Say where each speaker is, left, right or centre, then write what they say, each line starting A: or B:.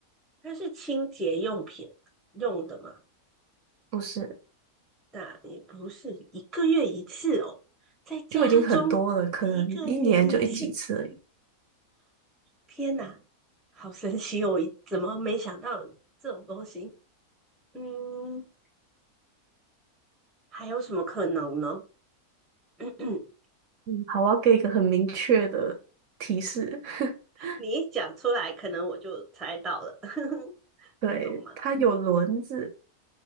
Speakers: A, in the centre; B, on the right.
A: 它是清洁用品用的嘛？
B: 不是，
A: 那也不是一个月一次哦，在家中一个月一次，
B: 就已经很多了，可能一年就一几次而已。
A: 天哪，好神奇哦！怎么没想到这种东西？嗯，还有什么可能呢？<coughs>
B: 嗯，好，我要给一个很明确的提示，<laughs>
A: <clears throat> 你一讲出来，可能我就猜到了。<laughs>
B: 对，
A: 那种吗？
B: 它有轮子，